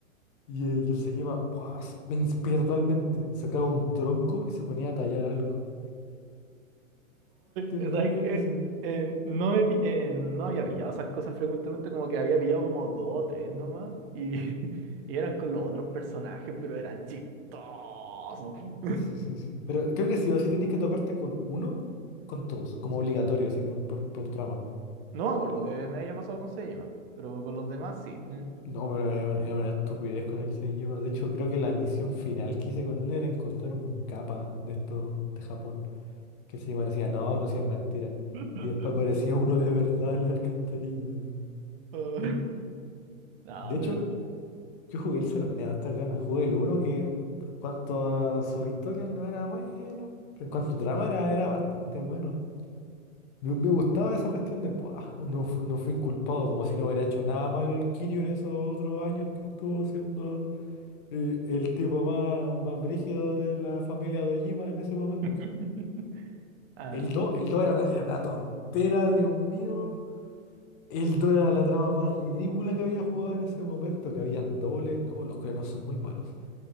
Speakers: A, on the left (about 40°); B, on the right (about 45°).
A: Y, eh, y el Saijima, ¡buah! se- me inspira totalmente. Sacaba un tronco y se ponía a tallar algo. Tiene
B: ¿sabes
A: nada que
B: qué?
A: ver así.
B: Eh, no, he, pi- eh, no había pillado esas cosas frecuentemente, como que había pillado como dos o tres nomás, y, <laughs> y eran con los otros personajes, pero eran chistosos. <laughs>
A: Sí, sí, sí. Pero creo que sí o sí tenéis que toparte con uno, con todos, como obligatorio, así, por, por, por trama.
B: No me acuerdo que me haya pasado con Sejima, pero con los demás sí. ¿eh?
A: No, pero es una, es una estupidez con el Seijima. De hecho, creo que la misión final que hice con él era encontrar un capa de estos de Japón. Que el Seijima decía, no, no seas mentira.
B: <laughs>
A: Y después aparecía uno de verdad en la alcantarilla. así.
B: Ah, No,
A: De hecho,
B: pero...
A: yo jugué el 0, tenía hartas ganas. Jugué el uno que en cuanto a sus historias no era bueno. Pero en cuanto a trama era, era bastante bueno. Me, me gustaba esa cuestión de, "Buah, no, fu- no fue inculpado, como si no hubiera hecho nada malo el Kiryu en esos otros años que estuvo siendo eh, el tipo más, más brígido de la familia de en ese momento.
B: <laughs>
A: El
B: Ah.
A: do el do era una, era una tontera, Dios mío. El do era la trama más ridícula que había jugado en ese momento, que habían dobles. No, los coreanos son muy malos.